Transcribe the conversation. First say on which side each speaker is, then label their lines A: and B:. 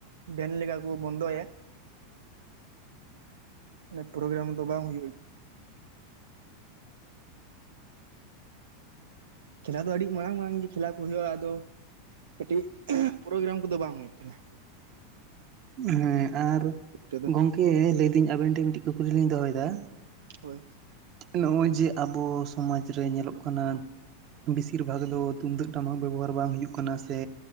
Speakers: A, on the right; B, on the right.
A: ᱵᱮᱱ ᱞᱮᱠᱟ ᱠᱚ ᱵᱚᱱᱫᱚᱭᱮᱫ᱾
B: <inaudible>
A: ᱱᱮ ᱯᱨᱳᱜᱨᱟᱢ ᱫᱚ ᱵᱟᱝ ᱦᱩᱭᱩᱜ ᱠᱷᱮᱞᱟ ᱫᱚ ᱟᱹᱰᱤᱜ ᱢᱟᱨᱟᱝ ᱢᱟᱨᱟᱝ ᱜᱮ ᱠᱷᱮᱞᱟ ᱠᱚ ᱦᱩᱭᱩᱜᱼᱟ ᱟᱫᱚ ᱠᱟᱹᱴᱤᱡ ᱯᱨᱳᱜᱨᱟᱢ ᱠᱚᱫᱚ ᱵᱟᱝ ᱦᱩᱭᱩᱜ ᱠᱟᱱᱟ᱾
B: ᱦᱮᱸ ᱟᱨ
A: ᱛᱮᱫᱚ
B: ᱜᱚᱝᱠᱮ ᱞᱟᱹᱭ ᱫᱟᱹᱧ ᱟᱵᱤᱱ ᱴᱷᱮᱡ ᱢᱤᱫᱴᱤᱡ ᱠᱩᱠᱞᱤ ᱞᱤᱧ ᱫᱚᱦᱚᱭᱮᱫᱟ᱾
A: ᱦᱳᱭ᱾
B: ᱱᱚᱜᱼᱚᱭ ᱡᱮ ᱟᱵᱚ ᱥᱚᱢᱟᱡᱽ ᱨᱮ ᱧᱮᱞᱚᱜ ᱠᱟᱱᱟ ᱵᱮᱥᱤᱨ ᱵᱷᱟᱜᱽ ᱫᱚ ᱛᱩᱢᱫᱟᱹᱜ ᱴᱟᱢᱟᱠ ᱵᱮᱵᱚᱦᱟᱨ ᱵᱟᱝ ᱦᱩᱭᱩᱜ ᱠᱟᱱᱟ ᱥᱮ